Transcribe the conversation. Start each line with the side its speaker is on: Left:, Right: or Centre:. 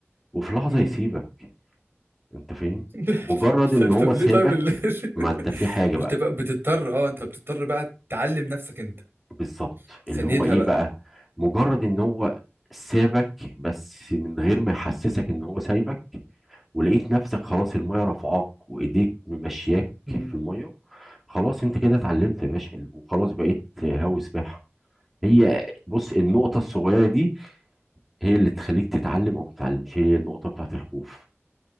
Centre: وفي لحظه
Right: مم.
Centre: يسيبك انت فاهم
Right: <laughs>
Centre: مجرد ان هو
Right: طب
Centre: سابك
Right: ليه طيب ال- <laughs>
Centre: ما انت في حاجة بقى
Right: انت بقى بتضطر اه انت بتضطر بقى تعلم نفسك انت
Centre: بالظبط اللي
Right: ثانيتها
Centre: هو ايه
Right: بقى
Centre: بقى مجرد ان هو سابك بس من غير ما يحسسك ان هو سايبك ولقيت نفسك خلاص المية رفعاك وايديك ممشياك في
Right: مم.
Centre: المية خلاص انت كده اتعلمت يا باشا وخلاص بقيت هاوي سباحة هي بص النقطة الصغيرة دي هي اللي تخليك تتعلم او ما تتعلمش هي النقطة بتاعت الخوف